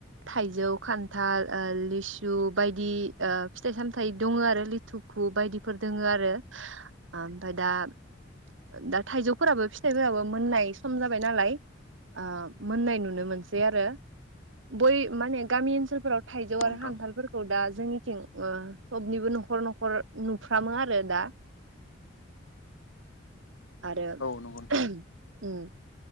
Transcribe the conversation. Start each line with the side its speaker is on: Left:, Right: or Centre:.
Right: थाइजौ खान्थाल ओ लिसु बायदि ओ फिथाइ सामथायाइ दङ आरो लिथुखु बायदिफोर दङ आरो ओ ओमफ्राय दा-दा थाइजौफोराबो फिथाइफोराबो मोननाय सम जाबाय नालाय। ओ मोननाय नुनो मोनसै आरो बै माने गामि ओनसोल। फोराव
Left: औ
Right: थाइजौ
Left: नंगौ
Right: आरो
Left: नोंथां
Right: हान्थालफोरखौ दा जोंनि। थिं ओ सबनिबो नखर नखर नुफ्रामो आरो दा। आरो
Left: औ नंगौ नोंथां
Right: <unintelligible> उम।